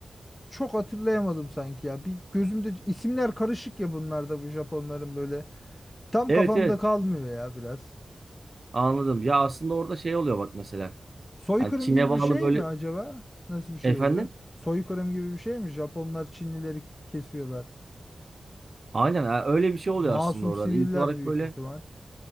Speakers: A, on the left; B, on the right.
A: çok hatırlayamadım sanki ya. Bir gözümde isimler karışık ya bunlarda bu Japonların böyle. Tam
B: Evet
A: kafamda
B: evet
A: kalmıyor ya biraz.
B: anladım. Ya aslında orada şey oluyor bak mesela.
A: Soykırım
B: Yani Çin'e
A: gibi
B: bağlı
A: bir şey
B: böyle
A: mi acaba? Nasıl bir şey
B: efendim.
A: oluyor? Soykırım gibi bir şey mi? Japonlar Çinlileri kesiyorlar.
B: Aynen ha, öyle bir şey oluyor
A: Masum
B: aslında orada.
A: siviller
B: Hani ilk olarak
A: büyük
B: böyle
A: ihtimal.